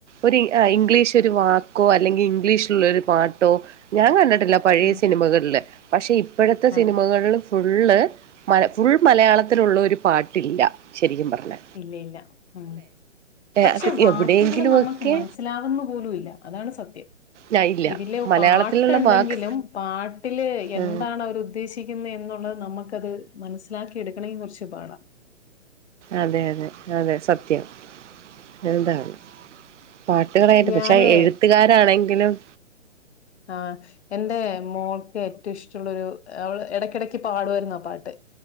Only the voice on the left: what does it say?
അതെ
അതെ
ഇല്ല ഇല്ല ഉം പക്ഷെ
വാക്കുകള്
നമ്മക്ക്
മനസ് സ്സിലാവുന്നു പോലുംയില്ല അതാണ് സത്യം.
ഇതില്
പാട്ടുണ്ടെങ്കിലും
പാട്ടില് എന്താണവര്
ഉ ദ്ദേശിക്കുന്നേന്ന് എന്നുള്ളത് നമുക്കത് മനസ്സിലാക്കിയെടുക്കണെങ്കി കൊറച്ച് പാടാ.
ഞാന്
ആഹ് എന്റെ മോൾക്ക് ഏറ്റവും ഇഷ്ടൊള്ളൊരു അവള് എടയ്ക്കിടക്ക് പാടുമായിരുന്നു ആഹ് പാട്ട്.